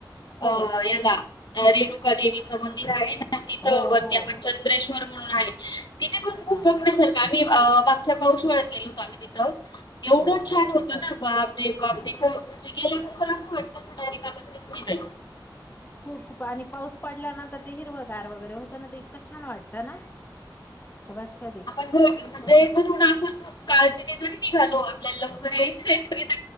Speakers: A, on the left; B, on the left.
A: हो
B: अ याला रेणुका देवीचं मंदिर आहे ना तिथं
A: हो
B: वरती
A: हो
B: आपण चंद्रेश्वर म्हणून आहे तिथे पण खूप
A: हा
B: बघण्यासारखं मागच्या पाऊसाळ्यात गेलो होत आम्ही तिथ एवढं
A: हो
B: छान
A: हो
B: होत
A: तिथं
B: ना अे बा तथजे गेला असं वाटतं ना डायरेक्ट आताच मी नाही
A: खूप आणि पाऊस पडल्यानंतर ते हिरवगार वगैरे होतं ना ते इतकं छान वाटतं ना बस कधी
B: आपण घ म्हणजे
A: खूप
B: घरून असेल खूप काळजी त ज निघालो आपल्याला लवकर यायचं